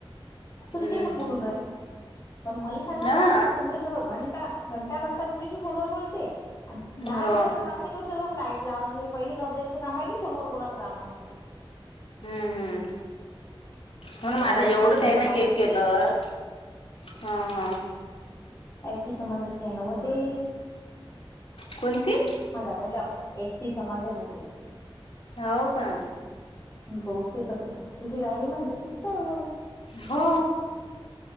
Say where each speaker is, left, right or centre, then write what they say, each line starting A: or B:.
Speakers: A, on the left; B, on the left.
A: तूले
B: हम्म
A: शेकून बोलून राहिला पण मले सांगा म्हटलं
B: हा
A: तुमच्या संग घंटा घंटा घंटा तुमच्याशी फोन वर बोलते. दहा
B: हो
A: मिनिटाच काम नाही करू शकत आय डी लावाच हे पहिल जबाबारीच काम की फोनवर बोलाचं काम हाय म्हटलं.
B: हम्म हम्म मून माझ
A: अहो एस
B: एवढं
A: सी
B: काय
A: समाजाची
B: नाही हे केलं. म्हणल ह ह.
A: ऐक की तो माझा चेन व ते
B: कोणती?
A: अ दादा लॅब एकती समाजा होते <unintelligible>
B: हो का
A: बौद्धिकचे तिचे राहणीमान तसेच तर आहे.
B: हो.